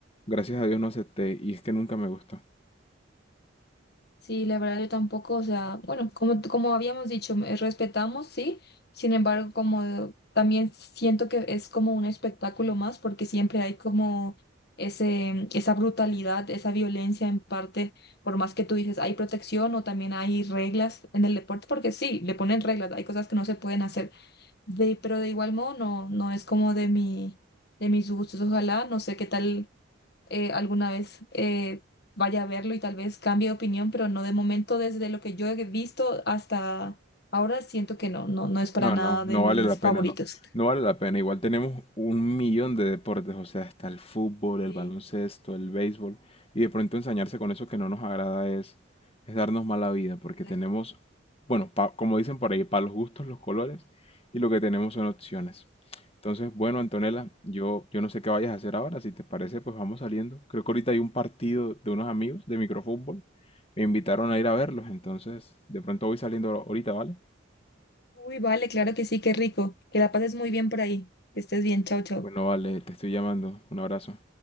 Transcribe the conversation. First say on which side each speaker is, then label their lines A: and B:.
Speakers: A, on the left (about 30°); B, on the left (about 55°).
A: gracias a Dios no acepté y es que nunca me gustó.
B: Sí, la verdad yo tampoco, o sea, bueno, como, como habíamos dicho, eh, respetamos, sí, sin embargo, como también siento que es como un espectáculo más, porque siempre hay como ese, esa brutalidad, esa violencia en parte, por más que tú dices, hay protección o también hay reglas en el deporte, porque sí, le ponen reglas, hay cosas que no se pueden hacer, de, pero de igual modo no, no es como de mi, de mis gustos, ojalá, no sé qué tal eh, alguna vez eh, vaya a verlo y tal vez cambie de opinión, pero no de momento, desde lo que yo he visto hasta ahora, siento que no, no, no es para
A: No,
B: nada
A: no,
B: de
A: no
B: mis
A: vale la
B: favoritos.
A: pena, no. No vale la pena. Igual tenemos un millón de deportes, o sea, está el fútbol, el
B: Sí.
A: baloncesto, el béisbol, y de pronto ensañarse con eso que no nos agrada es, es darnos mala vida, porque
B: Exacto.
A: tenemos, bueno, pa- como dicen por ahí, para los gustos, los colores, y lo que tenemos son opciones. Entonces, bueno, Antonella, yo, yo no sé qué vayas a hacer ahora, si te parece, pues vamos saliendo. Creo que ahorita hay un partido de unos amigos de microfútbol, me invitaron a ir a verlos, entonces de pronto voy saliendo ahorita, ¿vale?
B: Uy, vale, claro que sí, qué rico. Que la pases muy bien por ahí. Que estés bien, chao, chao.
A: Bueno, vale, te estoy llamando. Un abrazo.